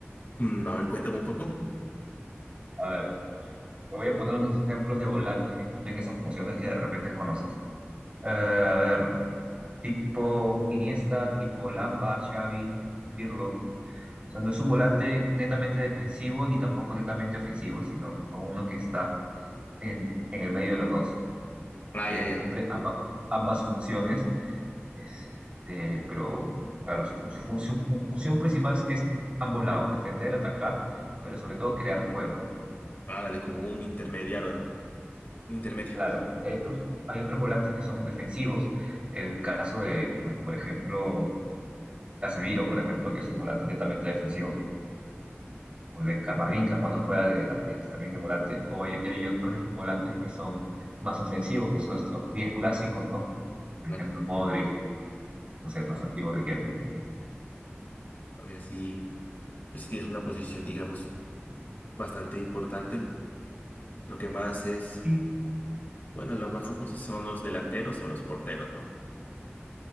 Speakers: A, on the left; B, on the right.
A: Mm, a ver, cuéntame un poco.
B: A ver, te voy a poner unos ejemplos de volantes que cumplen esas funciones que de repente conoces. Eh, a ver, tipo Iniesta, tipo Lampa, Xavi, Pirlo. O sea, no es un volante netamente defensivo ni tampoco netamente ofensivo, sino uno que está en, en el medio de los dos,
A: Ah,
B: que
A: ya, ya.
B: cumple amba- ambas funciones. Este, pero, claro, su, su- su función principal es ambos lados, defender, atacar, pero sobre todo crear juego.
A: Ah, dale, como un intermediario, ¿no? Un intermedio,
B: Claro, porque hay otros, hay otros volantes que son defensivos. El caso de, pues, por ejemplo, Casemiro, por ejemplo, que es un volante netamente defensivo, o de Camavinga cuando juega de lateral también de volante, o hay, y hay otros volantes que son más ofensivos, que son los, los 10 clásicos, ¿no? Por
A: ¿vale?
B: ejemplo, Modric, no sé, más antiguo Riquelme.
A: A ver, sí, pues si tienes una posición, digamos, bastante importante, ¿no? Lo que más es,
B: Y
A: bueno, los más famosos son los delanteros o los porteros, ¿no?